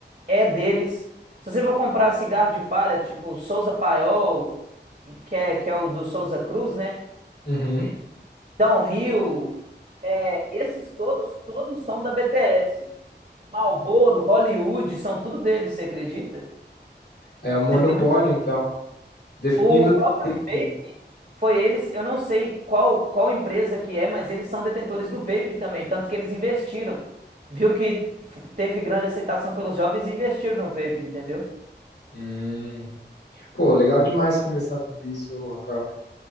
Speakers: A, on the right; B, on the left.
A: é deles. Se você for comprar cigarro de palha, tipo Souza Paiol, que é, que é o do Souza Cruz, né?
B: Uhum.
A: Downhill, é, esses todos, todos são da BTS. Marlboro, Hollywood, são tudo deles, você acredita?
B: É um monopólio,
A: Você
B: então. Definindo
A: O próprio
B: tendências.
A: vape foi eles, eu não sei qual qual empresa que é, mas eles são detentores do vape também, tanto que eles investiram. Viu que f- teve grande aceitação pelos jovens e investiram no vape, entendeu?
B: Hum. Pô, legal demais conversar sobre isso, Rafael.